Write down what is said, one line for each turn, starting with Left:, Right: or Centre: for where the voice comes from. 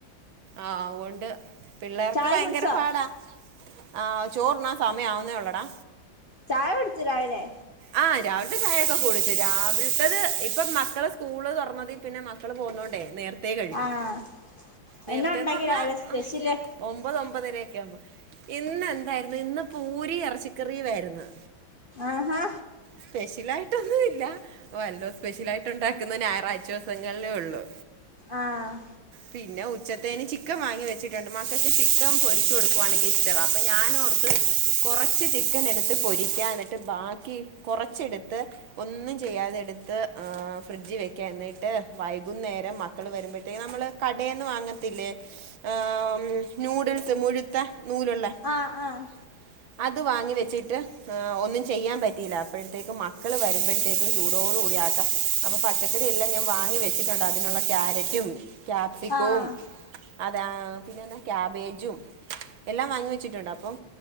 Right: ആഹ് അതുകൊണ്ട് പിള്ളേർക്ക്
Left: ചായ
Right: ഭയങ്കര
Left: കുടിച്ചോ
Right: പാടാ ആ ചോറുണ്ണാൻ സമയം ആവുന്നേ ഉള്ളെടാ
Left: ചായ കുടിച്ചോ രാവിലെ
Right: ആ രാവിലത്തെ ചായയൊക്കെ കുടിച്ചു രാവിലത്തത് ഇപ്പം മക്കളെ സ്കൂള് തുറന്നതി പിന്നെ മക്കള് പോകുന്നോണ്ടേ നേരത്തെ കഴിക്കും
Left: ആഹ്
Right: നേരത്തെന്ന്
Left: എന്നാ ഉണ്ടാക്കി
Right: പറഞ്ഞാ
Left: രാവിലെ സ്പെഷ്യല്
Right: ആഹ് ഒമ്പത് ഒമ്പതര ഒക്കെ ആകുമ്പോ ഇന്ന് എന്തായിരുന്നു ഇന്ന് പൂരിയും ഇറച്ചിക്കറിയുമായിരുന്നു
Left: ആഹാ
Right: സ്പെഷ്യൽ ആയിട്ടൊന്നും ഇല്ല വല്ലോം സ്പെഷ്യലായിട്ട് ഉണ്ടാക്കുന്നത് ഞായറാഴ്ച ദിവസങ്ങളിലേ ഉള്ളൂ
Left: ആഹ്
Right: പിന്നെ ഉ ഉച്ചത്തേന് ചിക്കൻ വാങ്ങി വെച്ചിട്ടുണ് മക്കക്ക് ചിക്കൻ പൊരിച്ചു കൊടുക്കുവാണെങ്കിൽ ഇഷ്ടവാ അപ്പോം ഞാന് ഓർത്ത് കൊറച്ച് ചിക്കൻ എടുത്ത് പൊരിക്ക എന്നിട്ട് ബാക്കി കുറച്ചെടുത്ത് ഒന്നും ചെയ്യാതെടുത്ത് ആഹ് ഫ്രിഡ്ജ് വെക്ക എന്നിട്ട് വൈകുന്നേരം മ മക്കൾ വരുമ്പഴ്ത്തേ നമ്മള് കടേന്ന് വാങ്ങ ത്തില്ലേ, ആഹ് ഉം നൂഡിൽസ് മുഴുത്ത നൂലുള്ള
Left: ആഹ് ആഹ്
Right: <inaudible> അത് വാങ്ങി വെച്ചിട്ട് എഹ് ഒന്നും ചെയ്യാൻ പറ്റിയില്ല അപ്പഴ്ത്തേക്കും മക്കൾ വരുമ്പഴത്തേക്കും ചൂടോടു കൂടി ആക്കൻ. അപ്പൊ പച്ചക്കറി എല്ലാം ഞാൻ വാങ്ങി വെച്ചിട്ടുണ്ട്. അതിനുള്ള ക്യാരറ്റും, ക്യാപ്സിക്കവും
Left: ആഹ് ആഹ്
Right: അതെ ആഹ് പിന്നെന്താ ക്യാബേജും എല്ലാം വാങ്ങി വെച്ചിട്ടുണ്ട് അപ്പം.